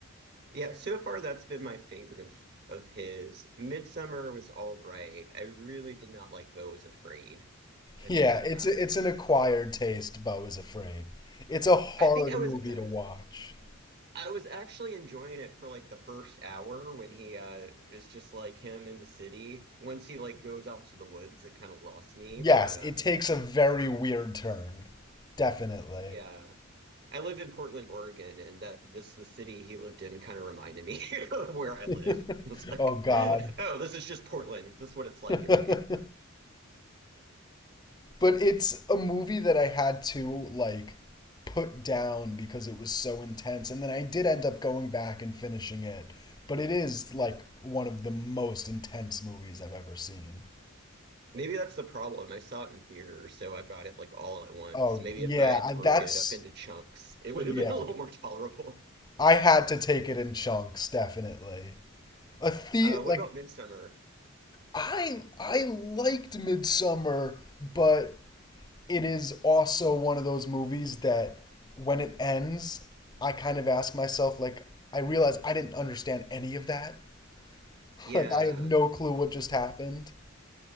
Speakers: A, on the right; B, on the left.
A: Yeah, so far that's been my favorite of of his. Midsummer was all right. I really did not like Beau is Afraid. Have
B: Yeah,
A: you seen
B: it's
A: that?
B: a, it's an acquired taste. Bo is afraid. It's a hard
A: I think I
B: movie
A: was uh,
B: to watch.
A: I was actually enjoying it for like the first hour when he uh is just like him in the city. Once he like goes out to the woods, it kind of lost me,
B: Yes,
A: but uh
B: it takes a very weird turn. Definitely.
A: yeah. I live in Portland, Oregon, and that this the city he lived in kind of reminded me <laughs> of where I
B: <laughs>
A: live. It was like,
B: oh God.
A: <laughs> oh, this is just Portland. This is what
B: <laughs>
A: it's like
B: but
A: every day.
B: it's a movie that I had to like put down because it was so intense, and then I did end up going back and finishing it. But it is like one of the most intense movies I've ever seen.
A: Maybe that's the problem. I saw it in theater, so I got it like all at once.
B: Oh
A: Maybe
B: yeah,
A: if I had
B: I-
A: broken
B: that's
A: it up into chunks, it
B: yeah.
A: would have been a little more tolerable.
B: I had to take it in chunks, definitely. A the
A: Uh, what
B: like
A: about Midsummer?
B: I I liked Midsummer, but it is also one of those movies that when it ends, I kind of ask myself, like, I realize I didn't understand any of that. <laughs>
A: Yeah.
B: Like, I have no clue what just happened.